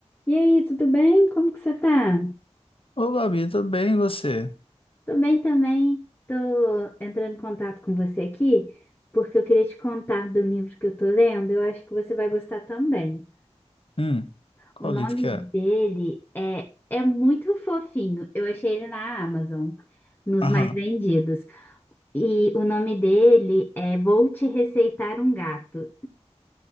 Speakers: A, on the left (about 15°); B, on the left (about 50°).
A: E aí, tudo bem? Como que você tá?
B: Ô, Babi, tudo bem, e você?
A: Tô bem também. Tô entrando em contato com você aqui porque eu queria te contar do livro que eu tô lendo. Eu acho que você vai gostar também.
B: Hum, qual
A: O nome
B: livro que é?
A: dele é é muito fofinho. Eu achei ele na Amazon, nos
B: Aham.
A: mais vendidos. E o nome dele é Vou Te Receitar um Gato.